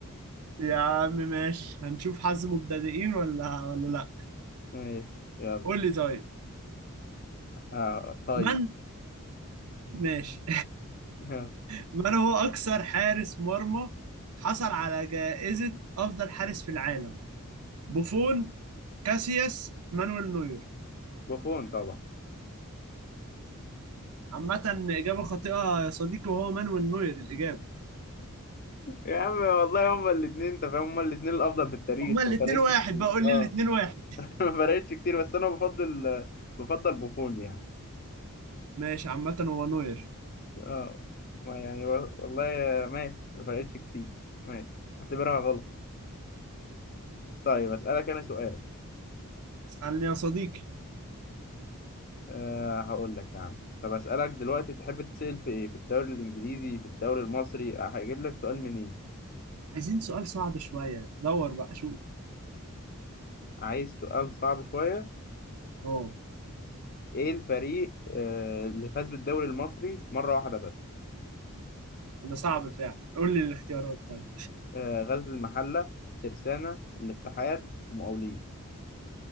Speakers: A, on the right; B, on the left.
A: يا عم ماشي هنشوف حظ مبتدئين ولا ولا لا
B: ماشي يلا
A: قول لي طيب
B: آه طيب
A: من ماشي
B: <laughs>
A: <laughs> من هو اكثر حارس مرمى حصل على جائزة أفضل حارس في العالم بوفون كاسياس مانويل نوير
B: بوفون طبعا
A: عامة إجابة خاطئة يا صديقي وهو مانويل نوير الإجابة
B: يا عم والله هما الاثنين انت فاهم هما الاثنين الافضل في التاريخ
A: هما الاتنين
B: ما فرقتش
A: واحد
B: كتير
A: بقول
B: اه
A: لي الاتنين واحد
B: <laughs> ما فرقتش كتير بس انا بفضل بفضل بوفون يعني
A: ماشي عامة هو نوير
B: اه ما يعني و- والله ماشي ما فرقتش كتير ماشي اعتبرها غلط طيب اسألك انا سؤال
A: اسألني يا صديقي
B: أه هقول لك يا عم طب اسألك دلوقتي تحب تسأل في ايه في الدوري الانجليزي في الدوري المصري أه، هجيب لك سؤال منين
A: عايزين سؤال صعب شوية دور بقى شوف
B: عايز سؤال صعب شوية
A: اه
B: ايه الفريق أه اللي فاز بالدوري المصري مرة واحدة بس
A: ده صعب فعلا قول لي الاختيارات طيب
B: أه غزل المحلة ترسانة الاتحاد المقاولين